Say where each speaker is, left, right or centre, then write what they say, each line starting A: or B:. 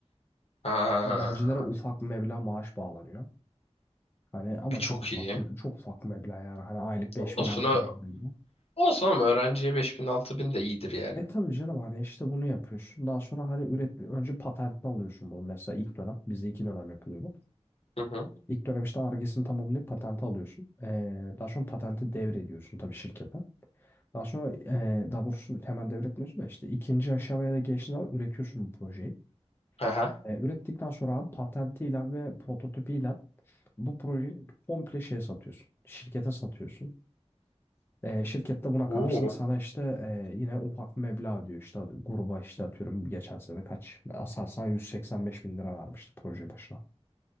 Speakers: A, on the left; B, on the left.
A: Ha,
B: Öğrencilere ufak bir meblağ maaş bağlanıyor. Hani ama
A: e, çok
B: çok ufak
A: iyi.
B: çok ufak meblağ yani hani aylık 5000
A: Olsun,
B: 6000
A: ö-
B: lira gibi.
A: olsun ama öğrenciye 5000 6000 de iyidir yani.
B: E tabii canım hani işte bunu yapıyorsun. Daha sonra hani üret önce patentini alıyorsun bunu mesela ilk dönem. Bizde iki dönem yapılıyor bu.
A: Hı hı.
B: İlk dönem işte Ar-Ge'sini tamamlayıp patenti alıyorsun. E, daha sonra patenti devrediyorsun tabii şirkete. Daha sonra e, daha doğrusu hemen devretmiyorsun da işte ikinci aşamaya da geçtiğin zaman üretiyorsun bu projeyi.
A: Aha.
B: E, ürettikten sonra abi patentiyle ve prototipiyle bu projeyi komple şeye satıyorsun. Şirkete satıyorsun. E, şirket buna
A: Oo.
B: karşılık sana işte e, yine ufak bir meblağ diyor. İşte gruba işte atıyorum geçen sene kaç? Aselsan 185 bin lira vermişti proje başına.